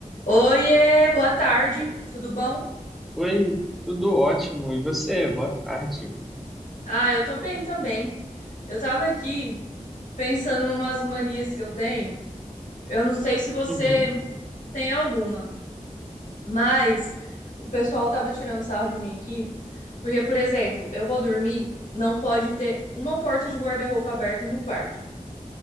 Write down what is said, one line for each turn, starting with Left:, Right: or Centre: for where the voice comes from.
Left: Oiê, boa tarde, tudo bom?
Centre: Oi, tudo ótimo. E você? Boa tarde.
Left: Ah, eu tô bem também. Eu tava aqui pensando em umas manias que eu tenho. Eu não sei se você
Centre: Uhum,
Left: tem alguma, mas o pessoal tava tirando sarro de mim aqui, porque, por exemplo, eu vou dormir, não pode ter uma porta de guarda-roupa aberta no quarto.